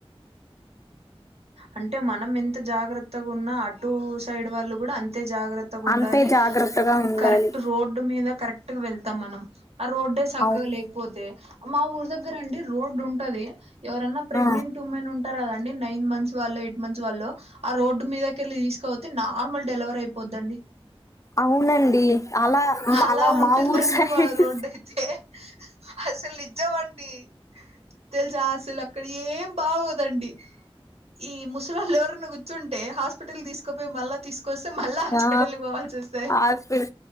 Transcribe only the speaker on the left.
అంతే జాగ్రత్తగా ఉండాలి
అవును
ఆ,
అవునండి అలా
మా ఊరు సైడ్
ఆ
హాస్పిటల్